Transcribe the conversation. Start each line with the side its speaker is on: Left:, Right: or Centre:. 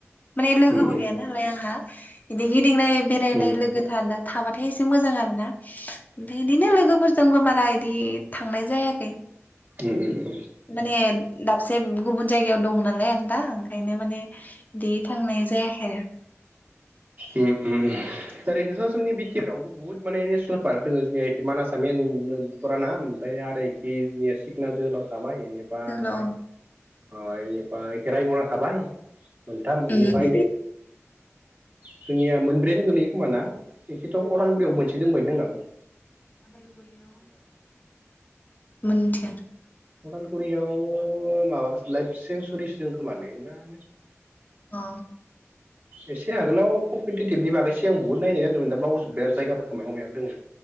Left: माने लोगोबो
Right: उम उम
Left: गैया नालाय आंहा बिदि गिदिंनाय बेरायनाय
Right: उम
Left: लोगो था थाबाथाय एसे मोजां आरोना ओमफाय बिदिनो लोगोफोरजोंबो बारा इदि थांनाय जायाखै
Right: उम उम
Left: माने दाबसे गुबुन जायगायाव दङ नालाय आं दा खायनो माने बिदि थांनाय जायाखै आरो
Right: उम-उम ओरैनोथ' जोंनि बिटि आर आवबो बुहुत माने नेसनेल पार्क दङ जोंनिखि मानाससा मेन पुराना ओमफ्राय आरोखि ज सिखना जोहोलाव थाबाय बेनिफ्राय
Left: जोंनाव
Right: ओ बेनिफ्राय खेराइ मुरा साबाय मोनथाम
Left: उम
Right: बेनिफ्राय जोंनिया मोनब्रैयानो गोलैयो खोमा ना बेखिथ' अदालगुरियाव मोनसे दंबायदोंदां
Left: अदालगुरियाव मोनथियााथ
Right: अदालगुरियाव माबा लाइफ सन्सुरिसोजों खोमा नलै ना
Left: अ
Right: एसे आगोलाव कम्पिटिटिभ बिभागैसो आं बहुत नायनाय जादोंमोन दा बावजुबबाय आरो जायगाफोरखौ मायाव मायाव दोङो